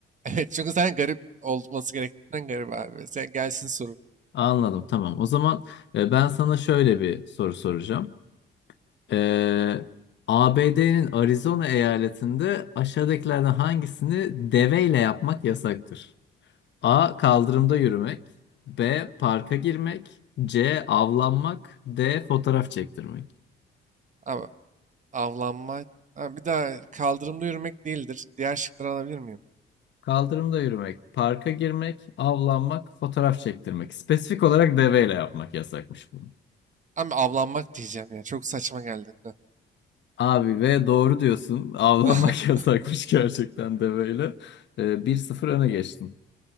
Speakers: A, on the right (about 40°); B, on the left (about 65°).
A: Evet çünkü sen garip olması gerektiğinden garip abi. Sen gelsin sorun.
B: Anladım tamam. O zaman e, ben sana şöyle bir soru soracağım. E, ABD'nin Arizona eyaletinde aşağıdakilerden hangisini deveyle yapmak yasaktır? A. Kaldırımda yürümek. B. Parka girmek. C. Avlanmak. D. Fotoğraf çektirmek.
A: Ama Avlanmak. Ha, bir daha kaldırımda yürümek değildir. Diğer şıkları alabilir miyim?
B: Kaldırımda yürümek, parka girmek, avlanmak, fotoğraf çektirmek. Spesifik olarak deveyle yapmak yasakmış bu.
A: Abi avlanmak diyeceğim ya. Çok saçma geldi.
B: Abi ve doğru diyorsun. Avlanmak
A: <laughs>
B: <laughs> yasakmış gerçekten deveyle. Ee, 1-0 öne geçtin.